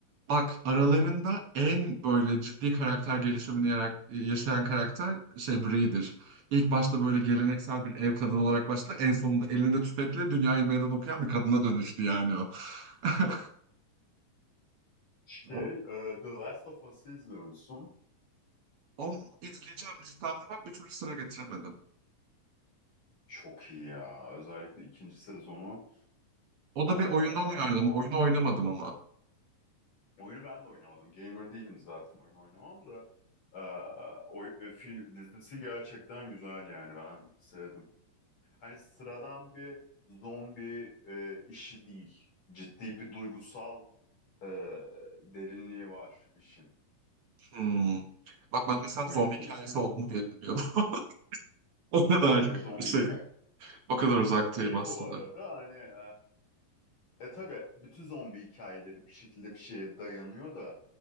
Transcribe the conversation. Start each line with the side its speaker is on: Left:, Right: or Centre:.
Right: bak aralarında en böyle ciddi karakter gelişimini yarak- yaşayan karakter şey Bri'dir. İlk başta böyle geleneksel bir ev kadını olarak başladı. En sonunda elinde tüfekle dünyayı meydan okuyan bir kadına dönüştü yani o. <laughs>
Left: Şey
Right: O,
Left: e, The Last of Us'ı izliyor musun?
Right: onu izleyeceğim listemde var bir türlü sıra getiremedim.
Left: Çok iyi ya. Özellikle ikinci sezonu
Right: O
Left: Ee,
Right: da bir oyundan uyarlama.
Left: muhakkak.
Right: Oyunu oynamadım ama.
Left: Oyunu ben de oynamadım. Gamer değilim zaten. Oyun oynamam da. Ee, oy- e, film dizisi gerçekten güzel yani. Ben sevdim. Hani sıradan bir zombi e, işi değil. Ciddi bir duygusal e, derinliği var işin.
Right: Hmm. Bak ben mesela
Left: Hoşuma
Right: zombi
Left: gitti.
Right: hikayesi olduğunu bile bilmiyordum. <laughs> O kadar
Left: E, zombi
Right: şey,
Left: hikaye.
Right: o kadar uzaktayım
Left: Şey
Right: aslında.
Left: bu arada hani E tabii bütün zombi hikayeleri bir şekilde bir şeye dayanıyor da